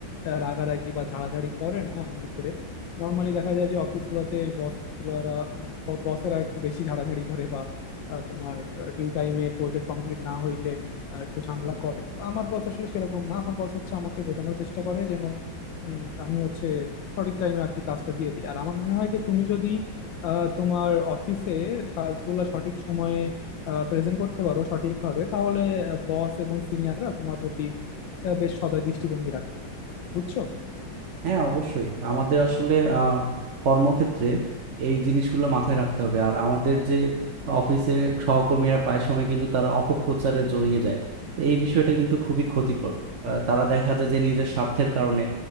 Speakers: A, on the left; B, on the right.
A: আহ, রাগারাগি বা ঝাড়াঝাড়ি করে না আমার উপরে নর্মালি দেখা যায় যে অফিস গুলোতে বস গুলারা মানে বসেরা একটু বেশি ঝাড়াঝাড়ি করে বা আহ, তোমার ডিউ টাইমে প্রজেক্ট কমপ্লিট না হইলে আহ, একটু ঝামেলা করে তো আমার বস আসলে সেরকম না আমার বস হচ্ছে আমাকে বোঝানোর চেষ্টা করে যেন উম, আমি হচ্ছে সঠিক টাইমে আর কি কাজটা দিয়ে দিই আর আমার মনে হয় যে তুমি যদি আহ, তোমার অফিসে কাজগুলো সঠিক সময়ে প্রেজেন্ট করতে পারো সঠিকভাবে তাহলে বস এবং সিনিয়ররা তোমার প্রতি আহ, বেশ সদয় দৃষ্টিভঙ্গি রাখবে বুঝছো
B: হ্যাঁ অবশ্যই আমাদের আসলে আহ কর্মক্ষেত্রে এই জিনিসগুলো মাথায় রাখতে হবে আর আমাদের যে অফিসে সহকর্মীরা প্রায় সময় কিন্তু তারা অপপ্রচারে জড়িয়ে যায় তো এই বিষয়টা কিন্তু খুবই ক্ষতিকর আহ, তারা দেখা যায় যে নিজের স্বার্থের কারণে